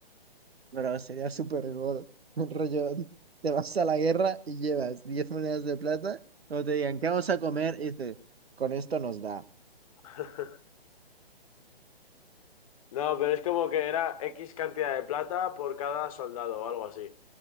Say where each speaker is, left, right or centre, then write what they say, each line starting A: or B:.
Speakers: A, on the right; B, on the left.
A: pero sería súper god. <laughs> Un Rollo, te vas a la guerra y llevas 10 monedas de plata, luego te digan, ¿qué vamos a comer? Y dices, con esto nos da.
B: <laughs> No, pero es como que era X cantidad de plata por cada soldado o algo así.